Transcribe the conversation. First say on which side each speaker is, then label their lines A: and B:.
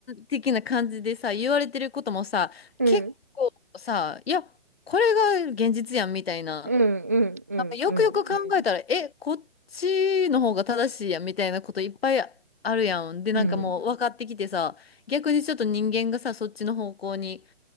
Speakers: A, on the left; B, on the right.
A: 的な感じでさ、言われてることもさ、
B: うん
A: 結構さ、いや、これが現実やんみたいな
B: うんうんうんう
A: なんかよくよく考えたら、
B: ん
A: え、こっちの方が正しいやんみたいなこといっぱいあるやん。で、なんかもう分かってきてさ、
B: うん
A: 逆にちょっと人間がさ、そっちの方向に、